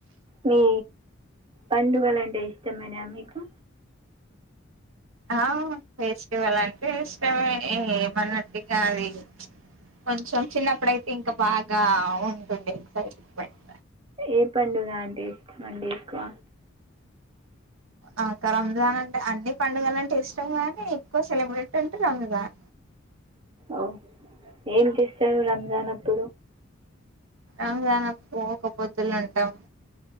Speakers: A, on the right; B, on the right.
A: మీ పండుగలు అంటే ఇష్టమేనా మీకు
B: ఆ ఫెస్టివల్ అంటే ఇష్టమే ఏమన్నట్టు కాదు కొంచెం చిన్నప్పుడ ఇంకా బాగా ఉంటుంది ఎక్సైట్మెంట్
A: ఏ పండుగ అంటే ఇష్టమండి ఎక్కువ
B: అకా రంజాన్ అంటే అన్ని పండుగల అంటే ఇష్టం గాని ఎక్కువ సెలబ్రెట్ అంటే రంజాన్
A: ఓ ఏం చేస్తారు రంజాన్ అప్పుడు
B: రంజాన్ అప్పుడు ఒక్క పొద్దులు ఉంటాం